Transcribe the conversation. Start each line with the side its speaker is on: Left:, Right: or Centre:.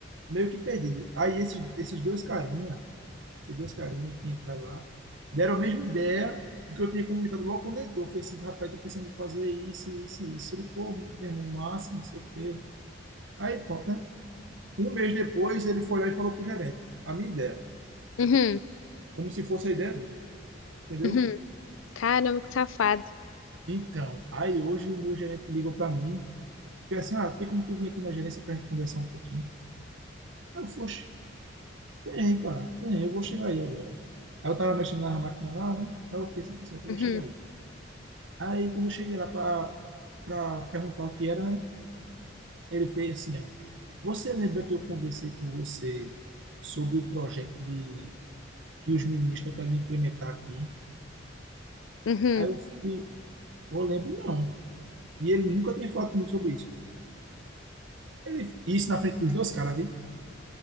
Right: meio que perdido. Aí esses, esses dois carinha esses dois carinhas que entraram lá, deram a mesma ideia do que eu tinha comentado logo quando ele entrou. Eu falei assim, rapaz, tô pensando em fazer isso, isso, isso. Ele, pô, meu irmão, massa, não sei o quê. Aí, pronto, né? Um mês depois, ele foi lá e falou pro gerente, a minha ideia,
Left: uhum,
Right: como se fosse a ideia dele, entendeu?
Left: uhum. Caramba, que safado.
Right: Então, aí hoje o meu gerente ligou para mim, falei assim, ah, tem como tu vir aqui na gerência pra gente conversar um pouquinho? Aí eu falei, "Oxe, tem, cara, tem, eu vou chegar aí agora. Aí eu tava mexendo na máquina lá, né? Aí eu falei assim, "Tá certo, eu
Left: Uhum,
Right: vou chegar aí. Aí, quando eu cheguei lá para para perguntar o que era, né? Ele fez assim, ó, você lembra que eu conversei com você sobre o projeto de que os meninos estão querendo implementar aqui?
Left: uhum.
Right: Aí eu fui, eu lembro não. E ele nunca tinha falado comigo sobre isso. Ele, isso na frente dos dois caras, viu?